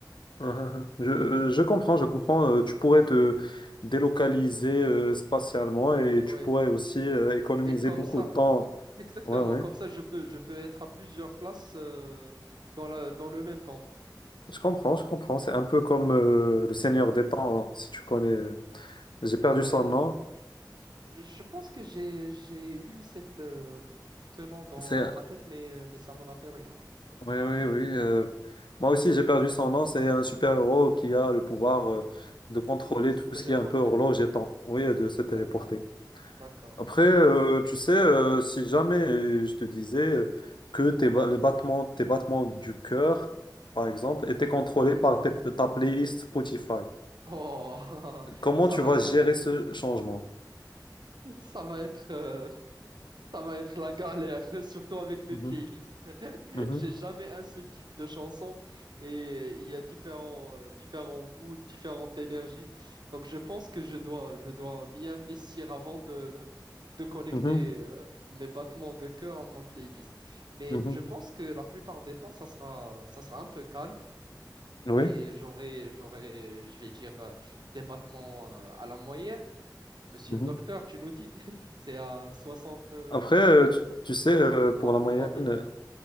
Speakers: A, on the left; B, on the right.
A: Ah, ah, ah. Je, je comprends, je comprends. Euh, tu pourrais te délocaliser euh, spatialement et
B: Oui.
A: tu pourrais aussi euh, économiser
B: Et comme
A: beaucoup
B: ça,
A: de temps.
B: <laughs> exactement,
A: Ouais, ouais.
B: comme ça, je peux, je peux être à plusieurs places euh, dans la, dans le même temps.
A: Je comprends, je comprends. C'est un peu comme euh, le Seigneur des Temps, hein, si tu connais. euh. J'ai
B: Euh,
A: perdu son nom.
B: je pense que j'ai, j'ai eu cette, euh, ce nom dans,
A: C'est...
B: dans ma tête, mais, euh, mais ça me rappelle rien.
A: Oui, oui, oui. euh, Moi aussi, j'ai perdu son nom. C'est un super-héros qui a le pouvoir euh, de contrôler
B: De se
A: tout
B: téléporter.
A: ce qui est un peu horloge et temps. Oui, et de se téléporter.
B: D'accord, d'accord.
A: Après, euh, tu sais, euh, si jamais euh, je te disais que tes, ba- les battements, tes battements du cœur, par exemple, étaient contrôlés par tes- ta playlist Spotify,
B: Oh,
A: comment
B: <laughs> ça
A: tu
B: va,
A: vas gérer ce changement?
B: ça va être, euh, ça va être la galère, <laughs> surtout avec mes
A: Mhm,
B: playlists.
A: mhm,
B: J'ai jamais un seul type de chanson et il y a différents, euh, différents moods, différentes énergies. Donc je pense que je dois, je dois m'y investir avant de, de connecter
A: mhm,
B: euh, mes battements de cœur à ma playlist. Mais
A: mhm.
B: je pense que la plupart des temps, ça sera, ça sera un peu calme
A: Oui.
B: et j'aurai, j'aurai, je vais dire, euh, des battements euh, à la moyenne. Monsieur
A: mhm.
B: le docteur, tu nous dis, <laughs> c'est à 60, euh,
A: Après, euh, tu, tu sais, euh,
B: 60
A: pour
B: battements
A: la moyenne,
B: par minute.